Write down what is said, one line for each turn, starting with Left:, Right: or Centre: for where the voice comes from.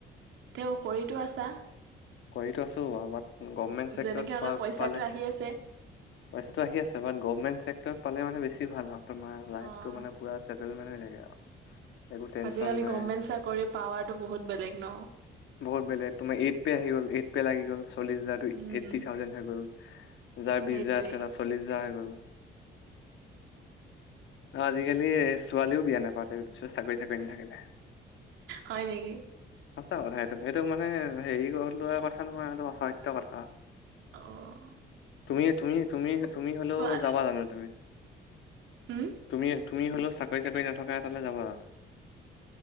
Right: তেওঁ কৰিটো আছা
Left: কৰিতো আছোঁ আও বাট গভমেন্ট চেক্টৰত
Right: যেনেকে হ'লেও পইচাটো
Left: পালে
Right: আহি আছে।
Left: পইচাটো আহি আছে বাত গভমেণ্ট চেক্টৰত পালে মানে বেছি ভাল আৰু তোমাৰ লাইফ
Right: অ'
Left: টো মানে পোৰা চেটেলমেণ্ট হৈ থাকে আও। সেইবোৰ টেনচন
Right: আজিকালি
Left: নাই
Right: গভমেন্ট চাকৰি পাৱাৰটো বহুত বেলেগ ন?
Left: বহুত বেলেগ তুমি এইট পে আহি গ'ল এইট পে লাগি গ'ল চল্লিশ হাজাৰ
Right: উম,
Left: এইটি থাউজেণ্ড হৈ গ'ল যাৰ
Right: সেইটোৱে
Left: বিছ হাজাৰ আছিলে তাৰ চ চল্লিছ হাজাৰ হৈ গ'ল। অহ, অজিকালি ছোৱালীও বিয়া নাপাতে চাকৰি- চাকৰি নাথাকিলে।
Right: হয় নেকি?
Left: সঁচা কথা এইটো, এইটো মানে হেৰি কৰি লোৱা কথা নহয় এইটো সঁচা অসত্য কথা।
Right: অ'
Left: তুমি- তুমি -তুমি -তুমি হ'লেওঁ
Right: চোৱা
Left: যাবা জানো তুমি?
Right: উম,
Left: তুমি- তুমি হলেওঁ চাকৰি- চাকৰি নথকা এটালে যাবা?